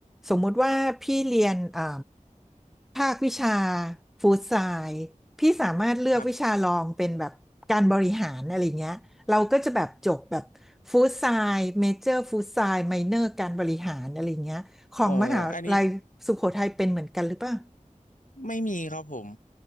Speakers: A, in the centre; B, on the left.
A: สมมุติว่าพี่เรียนอ่าภาควิชาฟู้ดไซน์พี่สามารถเลือกวิชารองเป็นแบบการบริหารอะไรเงี้ยเราก็จะแบบจบแบบฟู้ดไซน์เมเจอร์ฟู้ดไซน์ไมเนอร์การบริหารอะไรเงี้ยของมหาลัยสุโขทัยเป็นเหมือนกันหรือเปล่า
B: ครับโอ้อันนี้ไม่มีครับผม